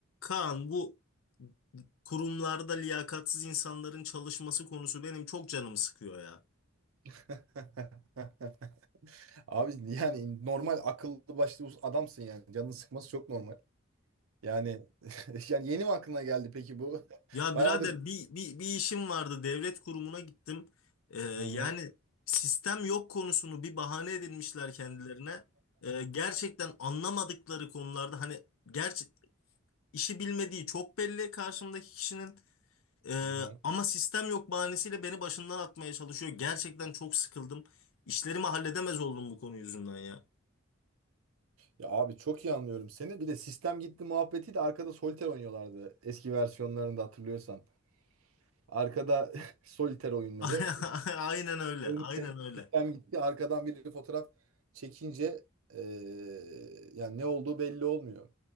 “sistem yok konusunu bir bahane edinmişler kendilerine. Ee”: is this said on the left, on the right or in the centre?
Left